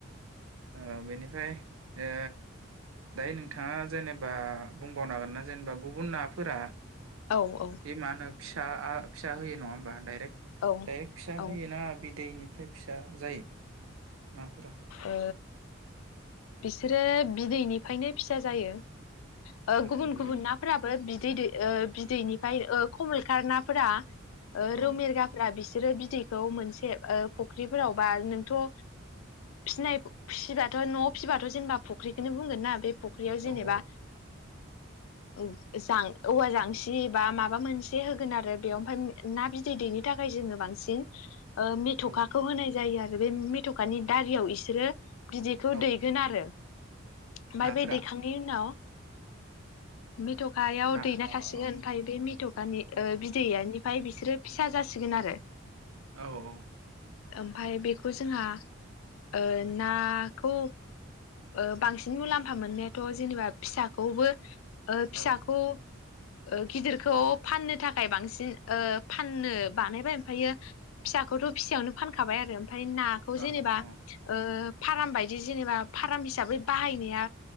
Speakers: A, on the right; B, on the left.
A: ओ बेनिफ्राय ओ दायो नोंथांङा जेनेबा बुंबावनांगोन ना जेनेबा गुबुन नाफोरा
B: औ औ
A: बे मा होनो फिसा आ फिसा होयो नंङा होमबा डाइरेक्ट
B: औ औ
A: डायरेक्ट फिसा
B: ओ
A: होयोना बिदैनि ओमफ्राय फिसा जायो नाफोरा
B: ओ बिसोरो बिदैनिफ्रायनो फिसा जायो ओ‌
A: अ
B: गुबुन
A: बिदैनिफ्राय
B: गुबुन नाफोराबो बिदै ओ दैयो बिदैनिफ्राय ओ खमल खार नाफोरा ओ
A: औ
B: ‌रौ‌ मिरगाफ्रा बिसि जेरै बिदैखौ मोनसे ओ फुख्रिफोराव बा नोंथ' ओ फिनाय फिबाथ' न'आव फिबाथ' जेनेबा फुख्रिखौनो बुंगोन ना बे फुख्रियाव
A: औ
B: जेनेबा
A: औ
B: ओ - जां औवा जांसि जि बा माबा मोनसे होगोन आरो बेयाव ओमफ्राय ना बिदै दैनि थाखाय जोङो बांसिन ओ मिथ'खाखौ
A: औ
B: होनाय जायो आरो बे मिथ'कानि दारियाव बिसोरो बिदैखौ
A: औ
B: दैगोन आरो ओमफाय
A: नाफोरा
B: बे दैखांनायनि उनाव मेथ'खायाव
A: ना
B: दैना
A: औ
B: थासिगोन
A: औ
B: ओमफाय बे मेथ'कानि ओ बिदैया ओमफाय बिसोरो फिसा जासिगोन आरो
A: औ औ औ
B: ओमफाय बेखौ जोंहा ओ नाखौ ओ बांसिन मुलाम्फा मोननायाथ' जेनेबा फिसाखौबो ओ फिसाखौ
A: औ
B: ओ गिदिरखौ फाननो थाखाय बांसिन ओ फाननो बानायबाय यो फिसाखौथ' फिसायावनो फानखाबाय आरो ओमफ्राय नाखौ
A: अ
B: जेनेबा ओ फाराम बायदि जेनेबा फाराम हिसाबै बाहायनाया